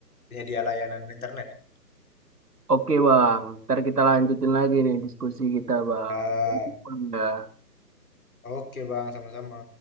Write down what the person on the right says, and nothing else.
Oke bang. Ntar kita lanjutin lagi nih diskusi kita bang.
Thank you, Bang. Dah.